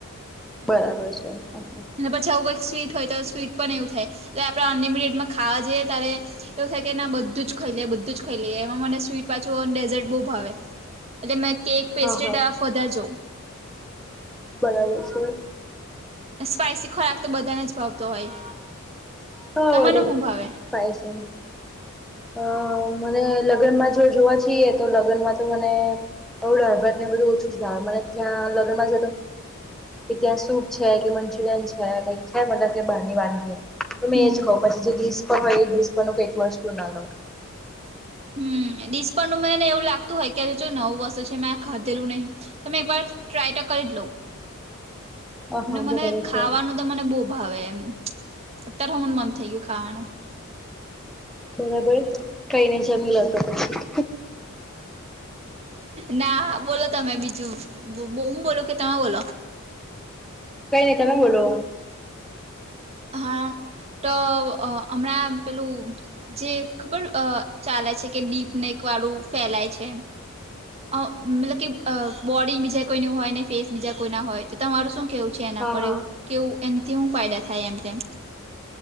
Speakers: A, in the centre; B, on the right.
A: બરાબર છે હ હ
B: અને પછી આવું કંઈક સ્વીટ હોય તો સ્વીટ પણ એવું થાય એટલે આપણે અનલિમિટેડમાં ખાવા જઈએ ત્યારે એવું થાય કે ના બધું જ ખાઈ લે બધું જ ખાઈ લઈએ એમાં મને સ્વીટ પાછું ડેઝર્ટ બહુ ભાવે. એટલે મે કેક પેસ્ટ્રે
A: હા હા
B: તરફ વધાર જઉ -
A: બરાબર છે.
B: સ્પાઈસી ખોરાક તો બધાને જ ભાવતો હોય.
A: હ
B: તમને
A: વડી
B: હું ભાવે
A: થાય છે. અ મને લગ્નમાં જો જોવા જઈએ તો લગ્નમાં તો મને. આવું દાળભાત ને બધું જ ખાઈલ ઓછું જ ના મને ત્યાં પણ લગ્નમાં કે ત્યાં સૂપ છે કે મંચુરિયન છે, કઈક છે મતલબ કે બહારની વાનગી. તો મેએ
B: હમ
A: જ ખવ પછી જે ડીશ પર હોય એ ડીશ પરનું એક વસ્તુ ના લવ
B: હમ્મ દિશ પરનું એવું લાગતું હોય કે જો નવું વસ્તુ છે મેં આ ખધેલું નહી. તો એકવાર ટ્રાય તો કરી જ લોઉ.
A: હા હા
B: મને
A: બરાબર
B: ખાવાનું
A: છે
B: તો મને બહુ ભાવે એમ અત્યારે હ મને મન થઈ ગયું ખાવાનું.
A: બરાબર કઈ નહી જમીલા તો પછી
B: ના બોલો તમે બીજું હુ બોલો કે તમે બોલો.
A: પેહલે તમે બોલો
B: હા. તો અહ હમણાં પેલું જે ખબર ચાલે છે કે ડીપને એક વાળું ફેલાય છે અહ મતલબ કે અહ બોડી બીજા કોઈ ની હોય ને ફેસ બીજા કોઈના હોય. તો તમારું શું કેવું જેના
A: હા
B: પર
A: હા
B: એવું કેવું એમથી હું ફાયદા થાય એમ તેમ